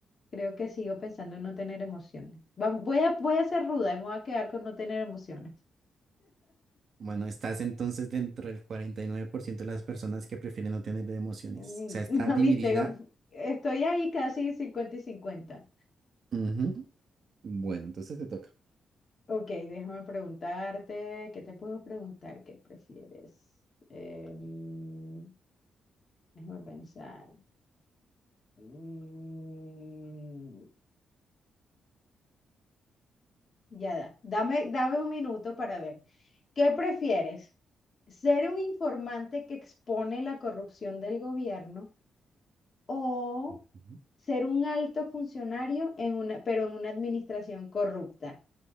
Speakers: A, on the left; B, on the right.
A: creo que sigo pensando en no tener emociones. Va- voy a, voy a ser ruda y me voy a quedar con no tener emociones.
B: Bueno, estás entonces dentro del 49% de las personas que prefieren no tener emociones.
A: Mm,
B: O sea, está
A: <laughs> ¿No
B: dividida.
A: viste? Como- Estoy ahí casi cincuenta y cincuenta.
B: Ujú. Bueno, entonces te toca.
A: Ok, déjame preguntarte, ¿qué te puedo preguntar? ¿Qué prefieres? Em, déjame pensar. Mm, Ya da. Dame, dame un minuto para ver. ¿Qué prefieres? ¿Ser un informante que expone la corrupción del gobierno o
B: Ujú.
A: ser un alto funcionario en una, pero en una administración corrupta?